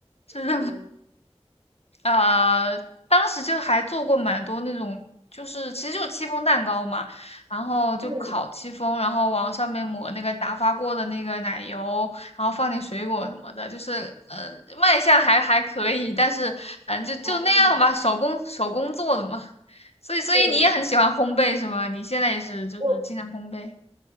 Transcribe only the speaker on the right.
对，
嗯
嗯，
对，
我